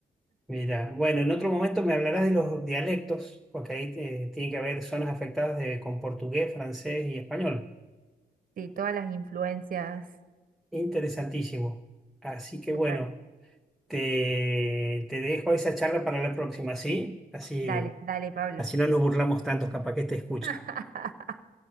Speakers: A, in the centre; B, on the right.
A: Mira, bueno, en otro momento me hablarás de los dialectos, porque ahí eh, tiene que haber zonas afectadas de, con portugués, francés y español.
B: Sí, todas las influencias
A: Interesantísimo. Así
B: Súper.
A: que bueno, te, te dejo esa charla para la próxima, ¿sí? Así,
B: Dale, dale, Pablo.
A: así no nos burlamos tantos, capaz que te escuchan.
B: <laughs>